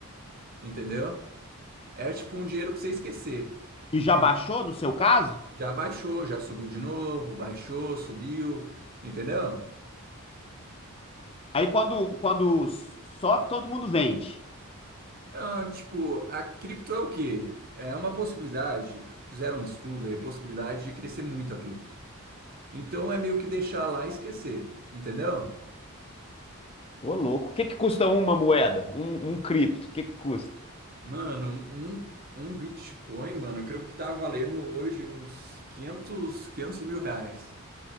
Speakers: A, on the right; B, on the left.
A: Entendeu? É tipo um dinheiro pra você esquecer.
B: e já
A: En-
B: baixou no seu caso,
A: Já baixou, já subiu de novo, baixou, subiu. Entendeu?
B: aí quando, quando sobe, todo mundo vende.
A: Ah, tipo, a cripto é o quê? É uma possibilidade. Fizeram um estudo aí, possibilidade de crescer muito a cripto. Então é meio que deixar lá e esquecer. Entendeu?
B: Ô, louco, o que que custa uma moeda? Um, um cripto, o que que custa?
A: Mano, um, um um Bitcoin, mano, eu creio que tá valendo hoje uns quinhentos 500 mil reais.